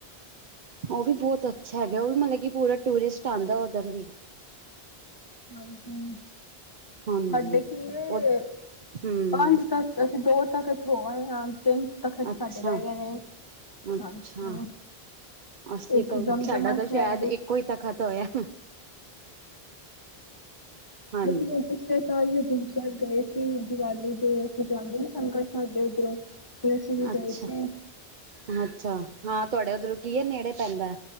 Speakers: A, on the right (about 55°); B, on the left (about 20°).
A: ਉਹ ਵੀ ਬਹੁਤ ਅੱਛਾ ਹੈਗਾ ਉਹ ਵੀ ਮਤਲਬ ਕਿ ਪੂਰਾ ਟੂਰਿਸਟ ਆਉਂਦਾ ਓਧਰ ਵੀ
B: ਹਾਂਜੀ
A: ਹਾਂਜੀ।
B: ਸਾਡੇ ਕੀ ਏ
A: ਉਹ ਹਮ
B: ਪੰਜ ਤੱਖਤ ਅਸੀਂ ਦੋ ਤੱਖਤ ਹੋ ਆਏ ਹਾਂ। ਤਿੰਨ ਤਖ਼ਤ
A: ਅੱਛਾ
B: ਸਾਡੇ ਰਹਿ ਗਏ ਨੇ
A: ਅੱਛਾ
B: ਹਾਂਜੀ।
A: ਅਸੀਂ
B: ਇੱਕ
A: ਤਾਂ
B: ਦਮਦਮਾ
A: ਸਾਡਾ ਤਾਂ ਸ਼ਾਇਦ
B: ਸਾਹਿਬ
A: ਇੱਕੋ ਹੀ ਤਖ਼ਤ ਹੋਇਆ। ਹਾਂਜੀ
B: ਅਸੀਂ ਹੁਣ ਪਿਛਲੇ ਸਾਲ ਹਜੂਰ ਸਾਹਿਬ ਗਏ ਸੀ ਦੀਵਾਲੀ ਤੇ, ਉੱਥੇ ਜਾਂਦੀ ਸੰਗਤ ਸਾਡੇ ਉੱਧਰੋਂ ਫਿਰ ਅਸੀਂ ਵੀ
A: ਅੱਛਾ-ਅੱਛਾ
B: ਗਏ ਸੀ
A: ਹਾਂ। ਤੁਹਾਡੇ ਉੱਧਰੋਂ ਕੀ ਏ, ਨੇੜੇ ਪੈਂਦਾ